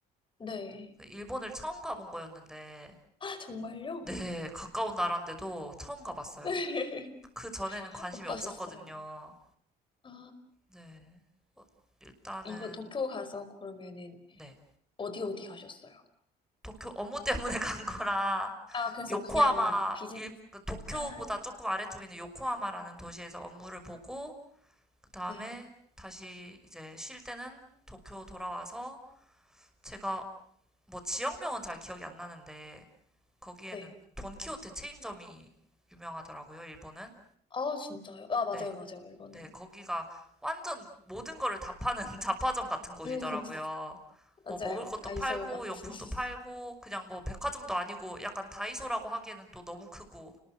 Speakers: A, on the left; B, in the centre.
A: 네.
B: 그 일본을 처음 가본 거였는데,
A: 아, 정말요?
B: 네, 가까운 나라인데도 처음 가봤어요.
A: <laughs>
B: 그 전에는 관심이
A: 어떠셨어요?
B: 없었거든요.
A: 아,
B: 네, 어, 일단은,
A: 이번 도쿄 가서 그러면은
B: 네.
A: 어디 어디 가셨어요?
B: 도쿄 업무 때문에 <laughs> 간 거라,
A: 아, 그래서
B: 요코하마,
A: 그냥 비즈니스.
B: 일, 그 도쿄보다
A: 아,
B: 조금 아래쪽에 있는 요코하마라는 도시에서 업무를 보고, 그 다음에
A: 네,
B: 다시 이제 쉴 때는 도쿄 돌아와서 제가 뭐 지역명은 잘 기억이 안 나는데 거기에는
A: 네.
B: 돈키호테 체인점이 유명하더라고요, 일본은.
A: 아, 진짜요? 아, 맞아요,
B: 네,
A: 맞아요, 이거는.
B: 네, 거기가 완전 모든 거를 다 파는 <laughs> 잡화점 같은 곳이더라고요.
A: 음, <laughs>
B: 뭐
A: 맞아요.
B: 먹을 것도
A: 다이소
B: 팔고
A: 같은.
B: 용품도
A: <laughs>
B: 팔고 그냥 뭐 백화점도 아니고 약간 다이소라고 하기에는 또 너무 크고